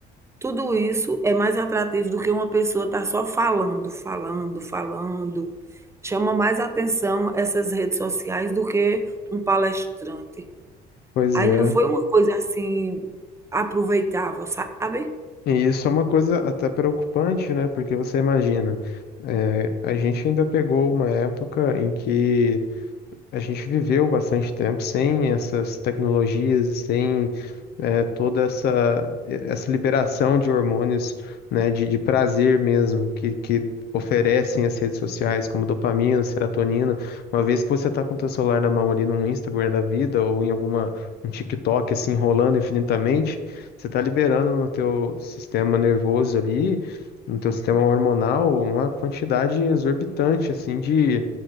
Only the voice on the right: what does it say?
Tudo isso é mais atrativo do que uma pessoa estar só falando, falando, falando. Chama mais atenção essas redes sociais do que um palestrante.
Aí
não foi uma coisa assim aproveitável, sabe?